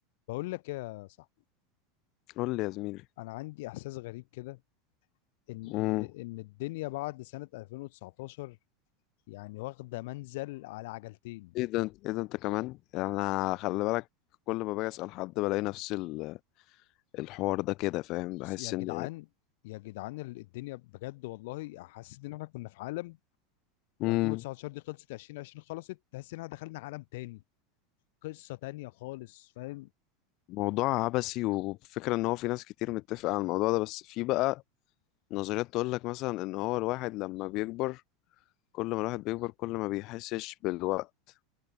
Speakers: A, on the left; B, on the left.
A: بقول لك يا صاحبي
B: قول لي يا زميلي
A: انا عندي احساس غريب كده ان
B: امم
A: ان ان الدنيا بعد سنة 2019 يعني واخدة منزل على عجلتين
B: ايه ده انت ايه ده انت كمان يعني انا خلي بالك كل ما باجي اسال حد بلاقي نفس ال- الحوار ده كده فاهم بحس
A: يا جدعان
B: ان
A: يا جدعان ال- الدنيا بجد والله حسيت ان احنا كنا في عالم و2019
B: امم
A: دي خلصت 2020 خلصت تحس ان احنا دخلنا عالم تاني قصة تانية خالص فاهم
B: موضوع عبثي وفكرة ان هو في ناس كتير متفقة على الموضوع ده بس في بقى نظريات تقول لك مثلا ان هو الواحد لما بيكبر كل ما الواحد بيكبر كل ما بيحسش بالوقت